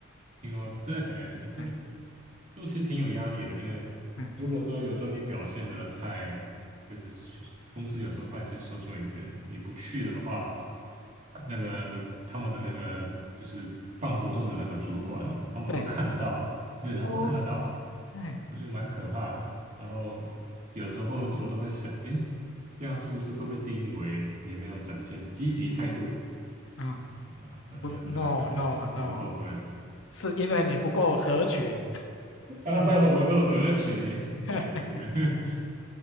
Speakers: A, on the right; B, on the left.
A: 因为对，就
B: 嗯
A: 就其实挺有压力的，因为如果说有时候你表现的太，
B: 嗯，
A: 就是公司有时候办事说说一遍，你不去的话，那个他们的那个就是办活动的那个主管哦，他们都看得到，
B: 对，
A: 对，他们都看得到，
B: 哦，哎
A: 我觉得蛮可怕的。然后有时候我都会想，哎，这样是不是会被定义为你没有展现积极态度
B: 啊，
A: 啊？然后可能就会默默扣分，
B: 不，no no no，是因为你不够合群，
A: <laughs> 啊，不够合群，<laughs>
B: <laughs>
A: 对对对。